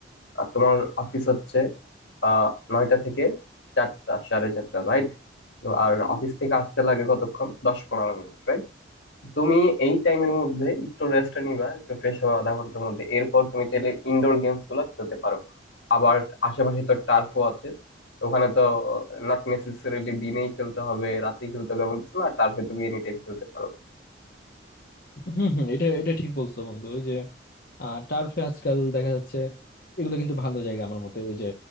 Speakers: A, on the left; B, on the left.
A: আহ, তোমার অফিস হচ্ছে আহ নয়টা থেকে চারটা সাড়ে চারটা রাইট আর অফিস থেকে আসতে লাগে কতক্ষণ দশ পনেরো মিনিট right? তুমি এই টাইমের মধ্যে একটু রেস্ট নিবা একটু ফ্রেশ হওয়া আধা ঘন্টার মধ্যে এরপর তুমি চাইলে ইনডোর গেমস গুলা খেলতে পারো আবার আশেপাশে তো টার্ফও আছে ওখানে তো নট নেসেসারিলি দিনেই খেলতে হবে রাতেই খেলতে হবে এমন কিছু না টার্ফে তুমি এনি টাইম খেলতে পারো
B: হম হম এটা এটা ঠিক বলছো বন্ধু ওই যে টার্ফে আজকাল দেখা যাচ্ছে এগুলো কিন্তু ভালো জায়গা আমার মতে ওই যে